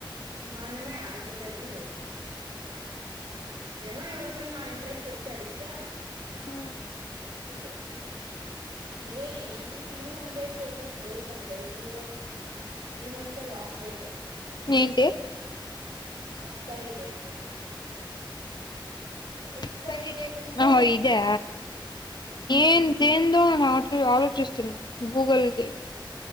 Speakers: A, on the right; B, on the left.
A: మనమే అదెందుకు ఏమో ఎవరికైనా ఇంట్రెస్ట్ వచ్చి అడిగితే
B: ఉ
A: చెప్పచ్చు ఇరే ఇ యూస్ బై ట్వంటీసి ఎయిట్ అంట ఈరోజ్ ఈ మంతే లాస్ట్ డేట్
B: ఏంటి
A: expiry date expiry
B: expiry date
A: అంటే
B: ఆహో ఇదా నేను దేందో నట్లు ఆలోచిస్తున్నా గూగుల్ది